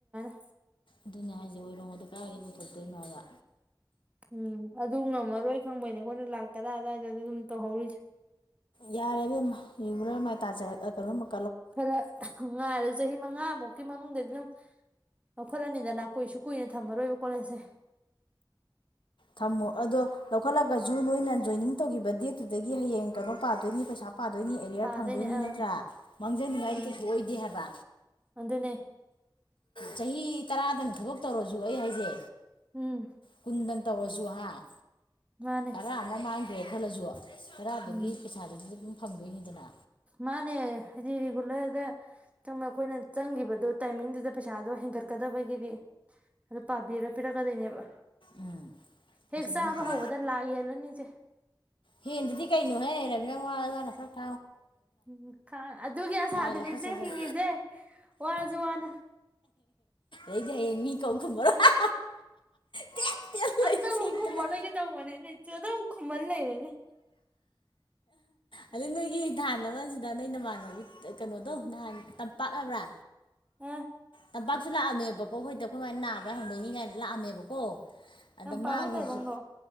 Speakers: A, on the right; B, on the left.
A: <inaudible>
B: ꯑꯗꯨꯅꯦ ꯍꯥꯏꯁꯦ <unintelligible> ꯀꯥꯏꯒꯤ ꯄꯨꯊꯣꯛꯇꯣꯏꯅꯣ ꯍꯥꯏꯕ?
A: ꯎꯝ ꯑꯗꯨ ꯉꯝꯃꯔꯣꯏ ꯈꯪꯕꯩꯅꯦ ꯑꯩꯈꯣꯏꯅ ꯂꯥꯛ ꯇꯔꯥ ꯑꯗꯨꯋꯥꯏꯗ ꯑꯗꯨꯝ ꯇꯧꯍꯧꯔꯤꯁꯦ꯫
B: ꯌꯥꯔꯦꯕꯦꯝ ꯔꯤꯒꯨꯂꯔ ꯃꯥꯏ ꯇꯥꯖꯔꯛ ꯑꯥ ꯀꯩ
A: ꯈꯔ ꯉꯥꯏꯔꯒ ꯆꯍꯤ ꯃꯉꯥꯃꯨꯛꯀꯤ ꯃꯅꯨꯡꯗꯗꯤ ꯑꯗꯨꯝ ꯂꯧꯈꯠꯂꯅꯤꯗ ꯅꯥ ꯀꯨꯏꯁꯨ - ꯀꯨꯏꯅ ꯊꯝꯃꯔꯣꯏꯕ ꯀꯣꯂꯦꯖ ꯁꯦ꯫
B: ꯊꯝꯃꯣ ꯑꯗꯣ ꯂꯧꯈꯠꯂꯒꯁꯨ ꯅꯣꯏꯅ ꯖꯣꯏꯅꯤꯡ ꯇꯧꯈꯤꯕ ꯗꯦꯠꯇꯨꯗꯒꯤ ꯍꯌꯦꯡ ꯀꯩꯅꯣ ꯄꯥꯗꯣꯏꯅꯤ ꯄꯩꯁꯥ꯫ ꯄꯥꯗꯣꯏꯅꯤ ꯑꯦꯔꯤꯌꯔ
A: ꯄꯥꯗꯣꯏꯅꯦ
B: ꯐꯪꯗꯣꯏꯅꯤ
A: ꯑꯥ
B: ꯅꯠꯇ꯭ꯔꯥ ꯃꯥꯡꯖꯅꯤꯡꯉꯥꯏꯗꯤ
A: ꯑꯥ
B: ꯀꯩꯁꯨ ꯑꯣꯏꯗꯦ ꯍꯥꯏꯕ꯫
A: ꯑꯗꯨꯅꯦ
B: ꯆꯍꯤ ꯇꯔꯥꯗꯪ ꯊꯕꯛ ꯇꯧꯔ ꯁꯨꯨ ꯑꯩ ꯍꯥꯏꯁꯦ꯫
A: ꯎꯝ꯫
B: ꯀꯨꯟꯗꯪ ꯇꯧꯔꯁꯨ ꯍꯥ?
A: ꯃꯥꯅꯦ
B: ꯇꯔꯦ ꯑꯃ ꯃꯥꯥꯡꯒꯔꯦ ꯫ ꯍꯂꯖꯨ ꯈꯔꯥ ꯑꯗꯨꯒꯤ
A: ꯎꯝ
B: ꯄꯩꯁꯥꯗꯨ ꯐꯪꯗꯣꯏꯅꯤꯗꯅ꯫
A: ꯃꯥꯅꯦ ꯍꯥꯏꯗꯤ ꯔꯤꯒꯨꯂꯔꯗꯪ ꯑꯩꯈꯣꯏꯅ ꯆꯪꯈꯤꯕꯗꯣ ꯇꯥꯏꯃꯤꯡꯗꯨꯗ ꯄꯩꯁꯥꯗꯣ ꯍꯦꯟꯒꯠꯀꯗꯕꯒꯤꯗꯤ ꯑꯗꯨ ꯄꯥꯕꯤꯔ ꯄꯤꯔꯛꯀꯗꯣꯏꯅꯦꯕ꯫
B: ꯎꯝ
A: ꯍꯦꯛ
B: ꯑꯁ ꯑꯗꯨ
A: ꯆꯥꯕ
B: ꯃꯇꯝ
A: ꯍꯧꯕꯗ ꯂꯥꯛꯍꯦꯜꯂꯅꯤꯁꯦ꯫
B: ꯍꯦꯟꯗꯗꯤ ꯀꯩꯅꯣ ꯍꯦ <unintelligible>
A: ꯎꯝ ꯑꯗꯨꯒꯤ ꯑꯁꯥꯗꯅꯤ
B: ꯍꯥꯏ ꯂꯧꯈꯠ
A: ꯏꯆꯦ
B: ꯆꯠꯁꯤꯟ
A: ꯍꯤꯡꯉꯁꯦ ꯋꯥꯔꯖꯨ ꯋꯥꯅꯥ꯫
B: ꯑꯗꯩꯗꯤ ꯍꯌꯦꯡ ꯃꯤ ꯀꯧ ꯈꯨꯝꯃꯔꯣꯏ ꯇꯦꯠ ꯇꯦꯠ ꯂꯩ
A: ꯑꯝꯇꯕꯨ
B: ꯊꯦꯛꯇꯅ
A: ꯈꯨꯝꯃꯔꯣꯏꯒꯦ ꯇꯧꯕꯅꯦ ꯏꯆꯦ ꯑꯗꯨꯝ ꯈꯨꯃꯍꯜ ꯂꯩꯔꯦ꯫ <unintelligible>
B: ꯑꯗꯩ ꯅꯣꯏꯒꯤ ꯊꯥꯟꯅꯕꯁꯤꯗ ꯅꯣꯏ ꯅꯃꯥꯟꯅꯕꯒꯤ ꯀꯅꯣꯗꯨ ꯅꯥꯍꯥꯟ ꯇꯝ ꯄꯥꯛꯂꯕ꯭ꯔꯥ
A: ꯑ
B: ꯇꯝꯄꯥꯛꯁꯨ ꯂꯥꯛꯑꯝꯃꯦꯕꯀꯣ ꯑꯩꯈꯣꯏꯗ ꯈꯣꯏꯃꯥ ꯅꯥꯕ ꯍꯪꯕꯅꯤ ꯀꯥꯏꯅ ꯂꯥꯛꯑꯝꯃꯦꯕꯀꯣ ꯑꯗ
A: ꯇꯝꯄꯥꯛꯂꯣ
B: ꯃꯥꯒꯤꯁꯨ
A: ꯇꯥꯢꯕꯪꯂꯣ